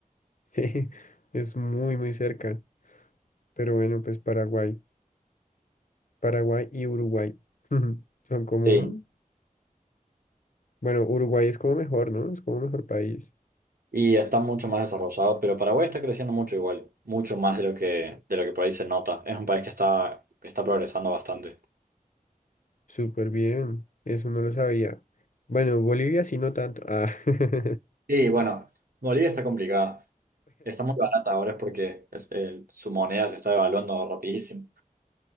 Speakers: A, on the left; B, on the right.
A: Jeje, Es muy, muy cerca. Pero bueno, pues Paraguay. Paraguay y Uruguay. <laughs> Son como...
B: Sí,
A: mm, Bueno, Uruguay es como mejor, ¿no? Es como mejor país.
B: Y está mucho más desarrollado, pero Paraguay está creciendo mucho igual, mucho más de lo que, de lo que por ahí se nota. Es un país que está, está progresando bastante.
A: Súper bien. Eso no lo sabía. Bueno, Bolivia sí, no tanto. Ah. <laughs>
B: Y bueno, Bolivia está complicada. Está muy barata ahora es porque es- el- su moneda se está devaluando rapidísimo.